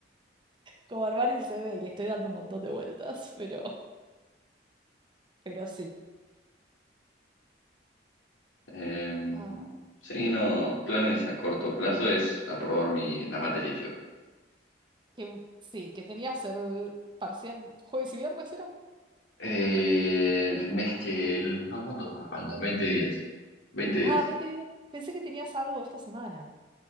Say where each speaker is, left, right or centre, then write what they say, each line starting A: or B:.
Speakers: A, on the right; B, on the left.
A: Como armar el CV y le estoy dando un montón de vueltas, pero, pero sí.
B: Eh,
A: Ah,
B: sí, no, planes a corto plazo es aprobar mi, la materia
A: que, sí, que tenías el parcial jueves y viernes, ¿era?
B: Eh, el mes que el... No, ¿cuántos me faltan? veinte días. veinte días.
A: Ah, 20 días. Pensé que tenías algo esta semana.